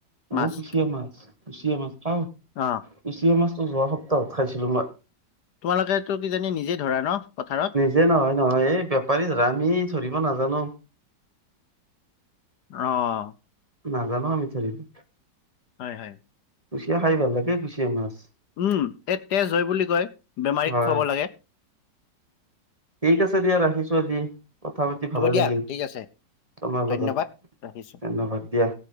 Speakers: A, on the left; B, on the right.
A: মাছ
B: অ কুচিয়া মাছ কুচিয়া মাছ খাওঁ
A: অ
B: কুচিয়া মাছটো যোৱা সপ্তাও খাইছিলোঁ মই।
A: তোমালোকেতো কি জানি নিজেই ধৰা ন পথাৰত
B: যে নহয় নহয় এই বেপাৰী ধৰে আমি ধৰিব নাজানো।
A: অ
B: নাজানো আমি ধৰিব
A: হয় হয়
B: কুচিয়া খাই ভাল লাগে কুচিয়া মাছ।
A: উম এই তেজ হয় বুলি কয় বেমাৰীক
B: হয়।
A: খুৱাব লাগে।
B: ঠিক আছে দিয়া ৰাখিছো আজি। কথা পাতি
A: হ'ব
B: ভালে
A: দিয়া
B: লাগিল
A: ঠিক আছে
B: তোমাৰ
A: ধন্যবাদ
B: লগত
A: ৰাখিছো
B: ধন্যবাদ দিয়া।